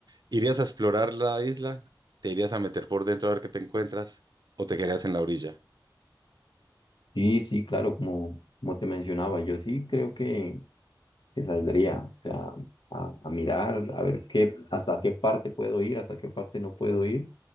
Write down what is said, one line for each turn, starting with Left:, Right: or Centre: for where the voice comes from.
Right: ¿Irías a explorar la isla? ¿Te irías a meter por dentro a ver qué te encuentras? ¿O te quedarías en la orilla?
Left: sí, sí, claro, como, como te mencionaba, yo sí creo que, que saldría, o sea, a, a mirar, a ver qué, hasta qué parte puedo ir, hasta qué parte no puedo ir